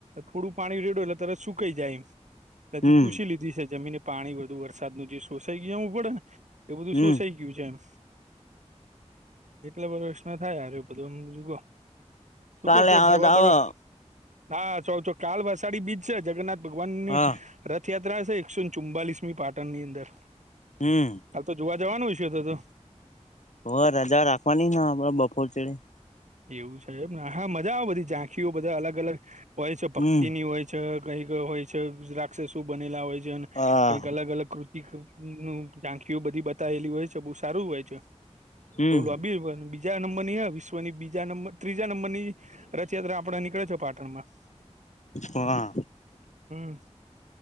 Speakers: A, on the right; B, on the left.
A: થોડું પાણી રેડું એટલે ત્યારે સુકાઈ જાય એમ હજી
B: હમ
A: ચૂસી લીધી છે જમીને પાણી બધુ વરસાદનું જે સોસાઈ ગ જવું પડે ને એ બધું
B: હમ
A: સોસાઈય કું છે એમ કેટલા વર્ષ ના થાય અરે બધુંમુગ શું
B: કાલે
A: કહ છો
B: આવે
A: ફરવા
B: તો આવો
A: બરવા ના સો તોો કાલ વસાડી બીજ છે જગન્નાથ ભગવાન
B: હા
A: રથયાત્રા છે એકસો ચુમ્બાલીસમી પાટણની અંદર
B: હમ
A: કાલ તો જોવા જવાનું છે તો તો
B: ઓ રાજા રાખવા નઈ આપડે બપોર ચડે
A: એવું સાહેબ ને હા મજા આવે બધી ઝાંખીઓ બધા અલગ અલગ હોય છે ભક્તિની
B: હમ
A: હોય છે છે કંઈક હોય છે ગુજ્રાક્ષ શું બનેલા હોય છે અને
B: હા
A: કંઈક અલગ અલગ કૃત નું ઝાંખીઓ બધી બતાયલી હોય છે બહુ સારું હોય છે
B: હમ
A: બભી હો બું બીજ નંબરની હ વિશ્વની બીજા નંબર ત્રીજા નંબરની રથયાત્રા આપડા નીકળે છે પાટણમાં
B: હા
A: હમ